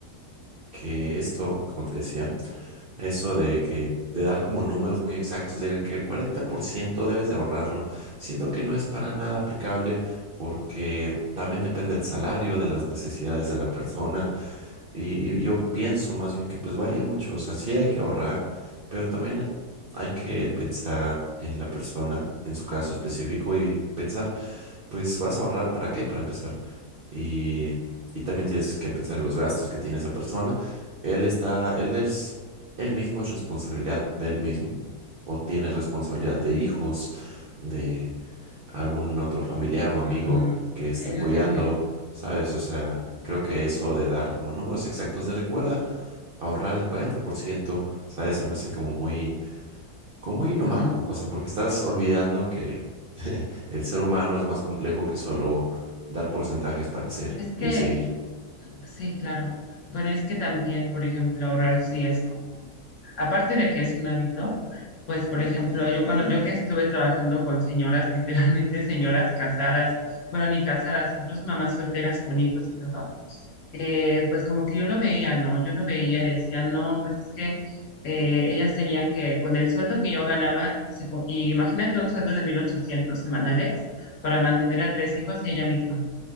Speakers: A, on the right; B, on the left.
A: que esto, como te decía, Eso de que de dar como números muy exactos, de que el 40% debes de ahorrarlo, siendo que no es para nada aplicable porque también depende del salario, de las necesidades de la persona y, y yo pienso más bien que pues varía mucho, o sea, sí hay que ahorrar, pero también hay que pensar en la persona, en su caso específico y pensar pues vas a ahorrar para qué, para empezar. Y, y también tienes que pensar en los gastos que tiene esa persona. Él está, él es, él mismo es responsabilidad de él mismo o tiene responsabilidad de hijos, de algún otro familiar o amigo
B: ujú,
A: que esté
B: Eso
A: apoyando,
B: sí es cierto.
A: ¿sabes? O sea, creo que eso de dar como números exactos de recuerda, ahorrar el 40%, ¿sabes? Se me hace como muy, como muy inhumano,
B: Ujú.
A: o sea, porque estás olvidando que el ser humano es más complejo que solo dar porcentajes para hacer
B: Es que
A: y seguir.
B: Sí, claro. Bueno, es que también, por ejemplo, ahorrar sí es como, aparte de que es un hábito, pues, por ejemplo, yo cuando yo que estuve trabajando con señoras, <laughs> literalmente señoras casadas, bueno, ni casadas, incluso mamás solteras con hijos y todo, eh, pues como que yo lo veía, ¿no? Yo lo veía y decía, no, pues es que eh, ellas tenían que, con el sueldo que yo ganaba, se co- y imagínate un sueldo de 1.800 semanales para mantener a tres hijos y ella misma